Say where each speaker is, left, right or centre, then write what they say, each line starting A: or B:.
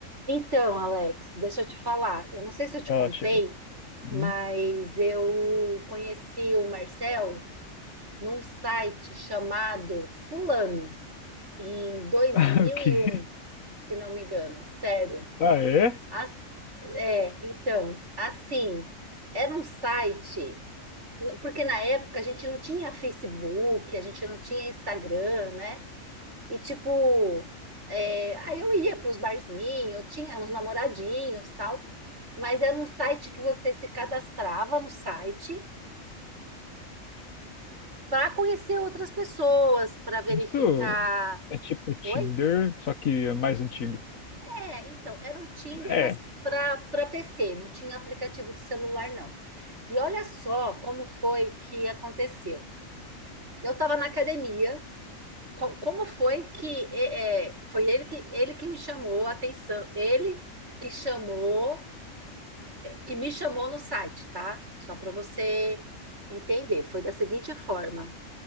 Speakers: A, on the right (about 55°); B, on the left (about 80°).
A: Então, Alex, deixa eu te falar. Eu não sei se eu te
B: Ela
A: contei,
B: chega. "Hum?
A: mas eu conheci o Marcel num site chamado Fulano em dois
B: <laughs>
A: mil
B: O quê?
A: e um, se não me engano. Sério.
B: Ah, é?
A: As- é, então, assim, era um site, porque na época a gente não tinha Facebook, a gente não tinha Instagram, né? E tipo, é, aí eu ia para os barzinhos, eu tinha uns namoradinhos, tal, mas era um site que você se cadastrava no site para conhecer outras pessoas, para verificar.
B: Isso é tipo Tinder,
A: Oi?
B: só que é mais antigo.
A: É, então, era um Tinder,
B: É.
A: mas
B: é.
A: para para PC, não tinha aplicativo de celular, não. E olha só como foi que aconteceu. Eu estava na academia, co- como foi que é, é, foi ele que ele que me chamou a atenção, ele que chamou que me chamou no site, tá? Só para você entender. Foi da seguinte forma: